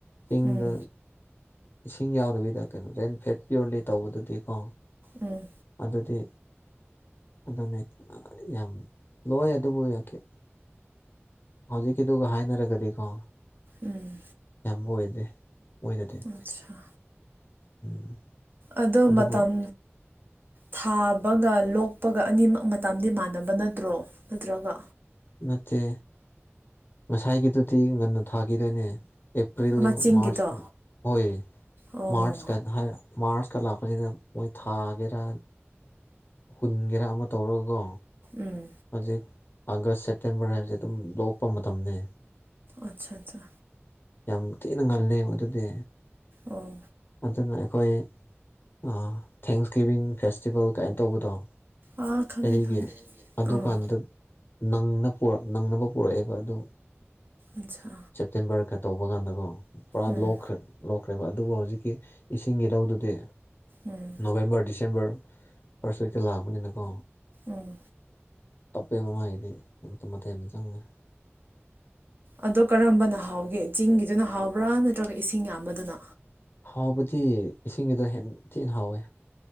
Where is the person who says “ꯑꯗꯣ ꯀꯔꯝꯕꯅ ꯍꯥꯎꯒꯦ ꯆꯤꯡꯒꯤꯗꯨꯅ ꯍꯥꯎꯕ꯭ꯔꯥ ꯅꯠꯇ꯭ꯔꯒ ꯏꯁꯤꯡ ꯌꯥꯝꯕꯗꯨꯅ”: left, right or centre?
Right